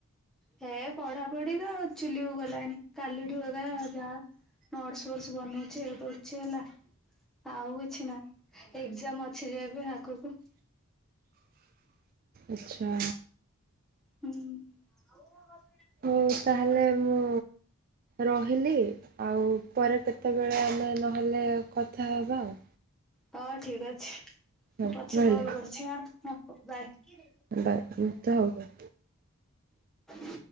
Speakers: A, in the centre; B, on the right (about 40°).
A: ହେ ପଢା ପଢି ତ ଚୁଲିକୁ ଗଲଣିି କାଲିଠୁ ଏଗା ଯାହା। ନୋର୍ ଫୋର୍ସ୍ ବନଉଛି ଇଏ କରୁଛି ହେଲା। ଆଉ କିଛି ନାହିଁ ଏକ୍ଜାମ ଅଛି ଯେ ଏବେ ଆଗକୁ
B: ଆଚ୍ଛା।
A: ହୁଁ।
B: ହଉ ତାହେଲେ ମୁଁ ରହିଲି ଆଉ ପରେ କେତେବେଳେ ଆମେ ନହେଲେ କଥା ହେବା ଆଉ।
A: ହୋଉ ଠିକ ଅଛି ମୁଁ
B: ହଁ
A: ପଛେ
B: ରହିଲି
A: କଲ୍ କରୁଛି ହଁ ବାଏ
B: ବାଏ ତ ହଉ।
A: <unintelligible>